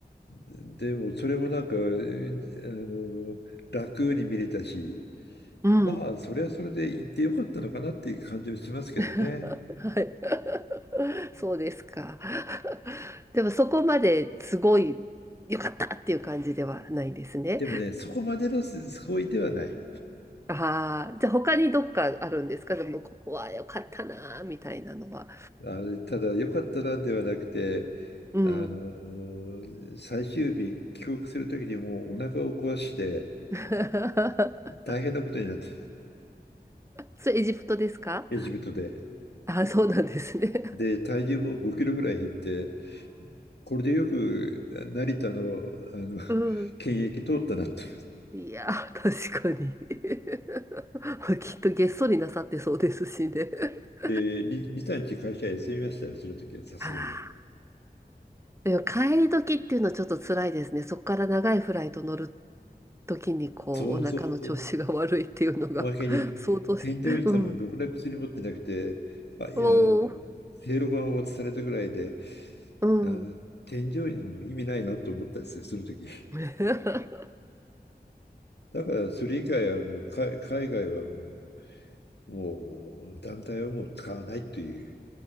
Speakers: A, on the left (about 80°); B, on the right (about 15°).
A: でもそれもなんか、えあの、楽に見れたし、
B: うん。
A: まあそれはそれで行ってよかったのかなっていう感じはしますけどね。
B: <laughs> はい。<laughs> そうですか。<laughs> でもそこまですごい良かったっていう感じではないんですね。
A: でもね、そこまでのすごいではない。
B: ああ、じゃあ他にどっかあるんですかでもここは良かったなーみたいなのは。
A: あの、ただよかったなではなくて、
B: うん。
A: あの、最終日帰国する時にもうお腹を壊して
B: <laughs>
A: 大変なことになって、
B: それエジプトですか
A: エジプトで。
B: ああそうなんですね。
A: で、体重も5キロぐらい減って、これでよく成田の、あの
B: <laughs> うん。
A: 検疫通ったなと。
B: いやー、<laughs> 確かに。<laughs> きっとげっそりなさってそうですしね。<laughs>
A: で、リ、リサ会社休みましたよ、その時はさすがに。
B: あら。でも帰り時っていうのはちょっと辛いですね。そこから長いフライト乗る時にこう、
A: そうそうそう。
B: お腹の調子が悪いっていうのが
A: おまけに、
B: <laughs> 相当し、
A: 添乗員さんもろくな薬持ってなくて、
B: うん。
A: まあ、いや、
B: おー、
A: 正露丸を渡されたぐらいで、
B: うん。
A: な、添乗員の意味ないなと思ったんですよ、その時。
B: <laughs>
A: だから、それ以外はもう、海、海外はもう、もう団体はもう使わないという。